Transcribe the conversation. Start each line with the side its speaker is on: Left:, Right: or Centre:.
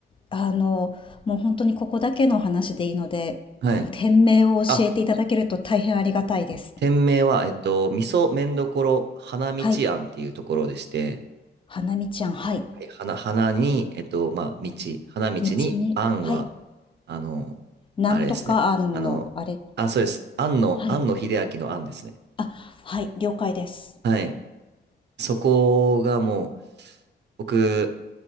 Left: あの、もう本当にここだけの話でいいので、
Right: はい。
Left: 店名を教えていただけると大変ありがたいです。
Right: あ、店名は、えっと、味噌麺どころ花道庵っていうところでして、
Left: はい。花見ちゃん、はい。
Right: はい花、花に、えっと、まあ、道、花道に庵は、
Left: 道に、はい、
Right: あの、
Left: なんとか案の、
Right: あれですね。あの、
Left: あれ、
Right: あ、そうです。庵の、
Left: はい。
Right: 庵野秀明の庵ですね。
Left: あ、はい、了解です。
Right: はい。そこがもう、僕、